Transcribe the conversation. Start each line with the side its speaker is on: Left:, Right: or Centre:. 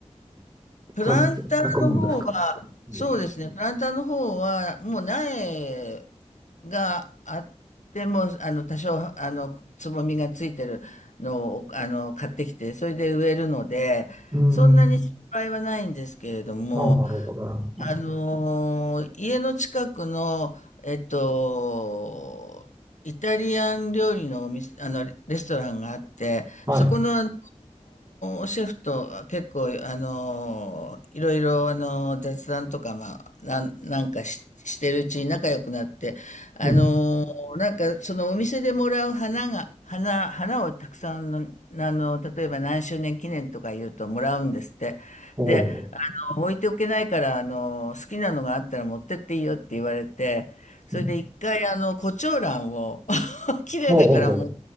Left: プランターの方は、
Right: 咲く、咲くもんですか。うん。
Left: そうですね、プランターの方は、もう苗があっても、あの、多少、あの、つぼみがついてるのを、あの、買ってきて、それで植えるので、
Right: うーん
Left: そんなに失敗はないんですけれども、
Right: ああ、なるほど、なるほど。
Left: あのー家の近くの、えっと、イタリアン料理のお店、あの、レストランがあって、
Right: はい。
Left: そこの、あのーシェフと結構、あのーいろいろ、あのー雑談とか、まあ、なん、なんかし、してるうちに仲良くなって、あのーなんか、
Right: うん。
Left: そのお店でもらう花が、花、花をたくさんの、あの、例えば何周年記念とか言うともらうんですって。
Right: ほうほ
Left: で、置いておけないから、あの、好きなのがあったら持ってっていいよって言われて、それで一回、
Right: う。うん
Left: あの、コチ胡ラ蘭を、<laughs> 綺麗だからも
Right: ほうほうほう。